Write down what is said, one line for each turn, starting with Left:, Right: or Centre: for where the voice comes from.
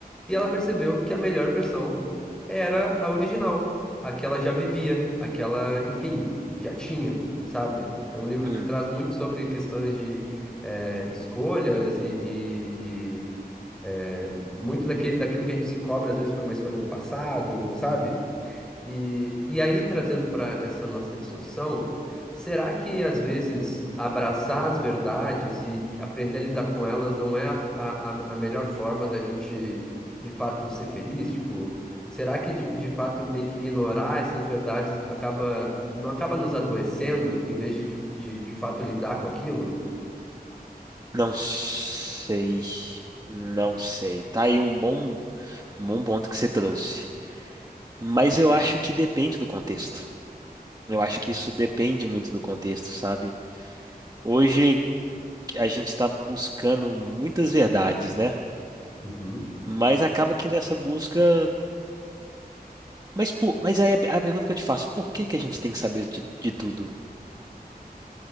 Centre: e ela percebeu que a melhor versão era a original, a que ela já vivia, a que ela, enfim, já tinha, sabe? É um livro
Right: Hum,
Centre: que traz muito sobre questões de eh, escolhas e, e- e, eh, muito daque- daquilo que a gente se cobra às vezes por uma escolha do passado, sabe? E, e aí, trazendo para essa nossa discussão, será que às vezes abraçar as verdades e aprender a lidar com elas não é a, a, a a melhor forma da gente de fato ser feliz? Tipo, será que de, de fato meio que ignorar essas verdades acaba, não acaba nos adoecendo em vez de de, de, de fato lidar com aquilo?
Right: não sei. Não sei. Tá aí um bom, um bom ponto que você trouxe. Mas eu acho que depende do contexto. Eu
Centre: Uhum,
Right: acho que isso depende muito do contexto, sabe? Hoje a gente está buscando muitas verdades, né?
Centre: uhum.
Right: Mas acaba que nessa busca. Mas, por, mas aí a, a pergunta que eu te faço, por que que a gente tem que saber de, de tudo?